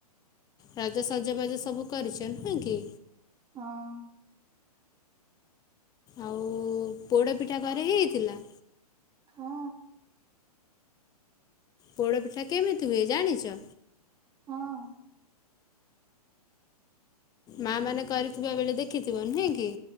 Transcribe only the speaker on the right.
ହଁ।
ହଁ।
ହଁ।